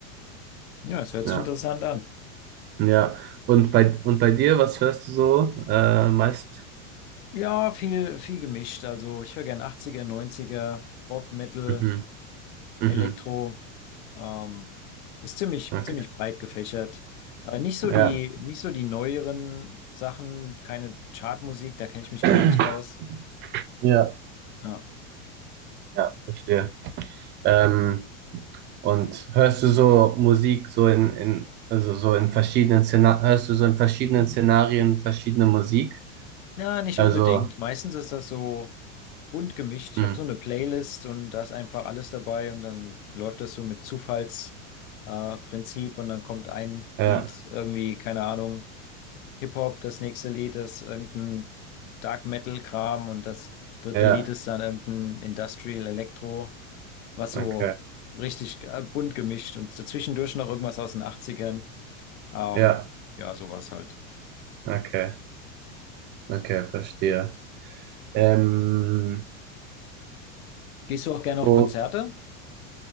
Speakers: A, on the left; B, on the right.
A: Ja, es hört
B: Ja,
A: sich interessant an.
B: ja. Und bei, und bei dir, was hörst du so äh, meist?
A: Ja, viel, viel gemischt. Also ich höre gern 80er, 90er, Rock, Metal.
B: Mhm. Mhm.
A: Elektro. Ähm, ist ziemlich,
B: Okay.
A: ziemlich breit gefächert. Äh, nicht so
B: Ja.
A: die, nicht so die neueren Sachen, keine Chartmusik, da kenne ich mich
B: <clears throat>
A: gar nicht aus.
B: Ja.
A: Ja.
B: Ja, verstehe. Ähm, Und hörst du so Musik so in, in also so in verschiedenen Szenarien, hörst du so in verschiedenen Szenarien verschiedene Musik?
A: Ja, nicht
B: Also,
A: unbedingt. Meistens ist das so bunt gemischt. Ich
B: hm,
A: habe so eine Playlist und da ist einfach alles dabei und dann läuft das so mit Zufallsprinzip äh, Prinzip und dann kommt ein
B: ja,
A: Lied irgendwie, keine Ahnung. Hip-Hop, das nächste Lied ist irgendein Dark Metal-Kram und das dritte
B: ja,
A: Lied ist dann irgendein Industrial Electro, was so
B: okay,
A: richtig äh, bunt gemischt und zwischendurch noch irgendwas aus den Achtzigern. Ähm,
B: ja,
A: ja, sowas halt.
B: okay, okay, verstehe. Ähm,
A: Gehst du auch gerne
B: wo,
A: auf Konzerte?